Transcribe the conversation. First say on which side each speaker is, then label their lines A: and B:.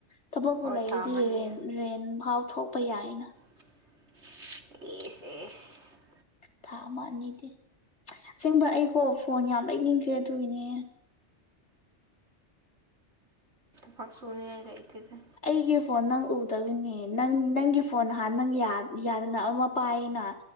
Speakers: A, on the left; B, on the right.
A: ꯊꯕꯛꯄꯨ
B: ꯍꯣꯏ
A: ꯂꯩꯔꯗꯤ
B: ꯊꯥ ꯑꯃꯗꯤ
A: ꯔꯦꯟ ꯔꯦꯟꯐꯥꯎ ꯊꯣꯛꯄ ꯌꯥꯏꯅ
B: ꯀꯦ ꯑꯦꯁ ꯑꯦ
A: ꯊꯥ ꯑꯃꯥ ꯑꯅꯤꯗꯤ ꯑꯁꯦꯡꯕ ꯑꯩꯀꯣ ꯐꯣꯟ ꯌꯥꯝ ꯂꯩꯅꯤꯡꯈ꯭ꯔꯦ ꯑꯗꯨꯏꯅꯦ
B: ꯄꯥꯥꯛ ꯁꯨꯅꯤꯡꯉꯥ ꯢ ꯂꯩ ꯇꯦꯗ
A: ꯑꯩꯒꯤ ꯐꯣꯟ ꯅꯪ ꯎꯗꯕꯅꯦ ꯅꯪ ꯅꯪꯒꯤ ꯐꯣꯟ ꯍꯥꯟꯅ ꯅꯪ ꯌꯥꯗ ꯌꯥꯗꯅ ꯑꯃ ꯄꯥꯢꯌꯦꯅ